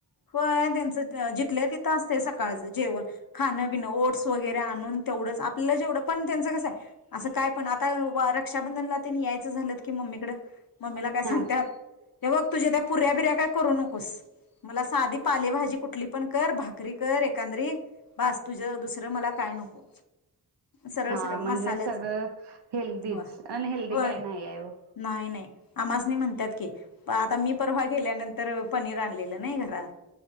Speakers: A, on the left; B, on the right.
A: होय त्यांचं जितलंय तिथं असतेय सकाळचं जेवण खाणं पिणं ओट्स वगैरे आणून तेवढंच आपल्यालं जेवढं पण त्यांचं कसं आहे असं काय पण आता रक्षाबंधनला त्यांनी यायचं झालं की मम्मीकडं मम्मी ला काय सांगत्यात
B: हा
A: हे बघ तुझ्या त्या पुऱ्या बिऱ्या काय करू नकोस? मला साधी पालेभाजी कुठली पण कर भाकरी कर एंकादरी बस तुझ दुसरं मला काय नको सरळ
B: हा
A: सरळ
B: म्हणजे
A: मसाल्याचं
B: सगळं हेल्दीच
A: हो
B: अनहेल्दी काय
A: होय
B: नाही आहे? वो
A: नाही नाही आमासनी म्हणतात की आता मी परवा गेल्यानंतर पनीर आणलेलं नाही घरात